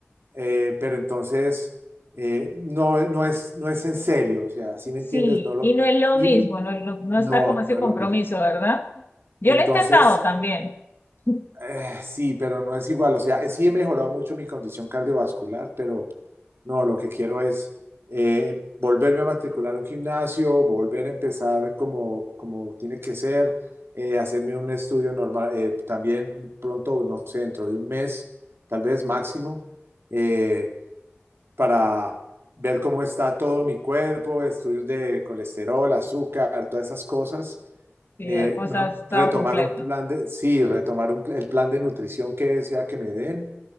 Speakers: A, on the right; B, on the left.
A: eh, pero entonces eh, no, no es, no es en serio, o sea, si me
B: Sí,
A: entiendes, no lo,
B: y no es lo
A: y
B: mismo, no, no, no
A: no,
B: está como ese
A: no es
B: compromiso,
A: lo mismo.
B: ¿verdad? Yo
A: Entonces,
B: lo he intentado también. <laughs>
A: eh, sí, pero no es igual. O sea, eh, sí he mejorado mucho mi condición cardiovascular, pero no, lo que quiero es eh, volverme a matricular a un gimnasio, volver a empezar como, como tiene que ser, eh, hacerme un estudio normal, eh, también pronto, no sé, dentro de un mes, tal vez máximo, eh, para ver cómo está todo mi cuerpo, estudios de colesterol, azúcar, todas esas cosas.
B: Sí,
A: Eh,
B: la cosa
A: no-
B: ha estado
A: retomar
B: completa.
A: un plan de, sí, retomar un pl- el plan de nutrición que sea que me den